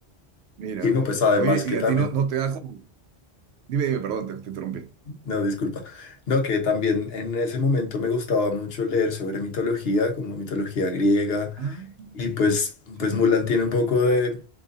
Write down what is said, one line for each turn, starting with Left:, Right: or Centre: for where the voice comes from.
Right: Mira,
Left: Y no, pues además
Right: oye,
Left: que
Right: y
Left: también,
Right: a ti no, no te da como. Dime, dime, perdón, te, te interrumpí.
Left: no, disculpa, no, que también en ese momento me gustaba mucho leer sobre mitología, como mitología griega
Right: Ah,
Left: Y pues,
Right: sí,
Left: pues Mulan tiene un poco de